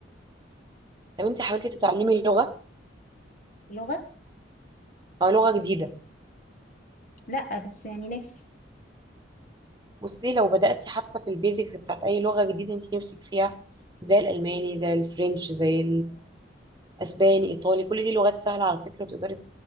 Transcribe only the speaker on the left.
لغه
لا بس يعني نفسي